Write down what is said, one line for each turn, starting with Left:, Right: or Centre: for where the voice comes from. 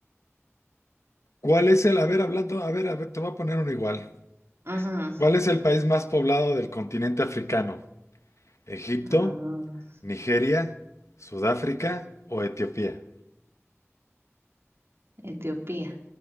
Left: ¿cuál es el, a ver, hablando, a ver, a ver, te voy a poner uno igual.
Right: ajá,
Left: ¿Cuál es el país más poblado del continente africano? ¿Egipto,
Right: ajá.
Left: Nigeria, Sudáfrica o Etiopía?
Right: Etiopía.